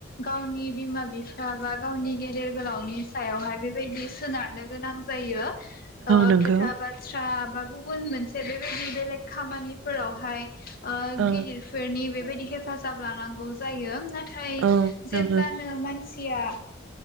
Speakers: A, on the left; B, on the right.
A: गावनि बिमा बिफा बा गावनि गेदेर गोलावनि। सायावहाय बेबायदि सोनारनो गोनां जायो। ओ
B: नंगौ
A: खोथा बाथ्रा। बा गुबुन मोन से बेबायदि बेलेग खामानिफोरावहाय। ओ
B: औ
A: गिदिरफोरनि। बेबायदि हेफाजाब लानांगौ जायो। नाथाय
B: औ
A: जेब्लानो
B: नंगौ
A: मानसि। या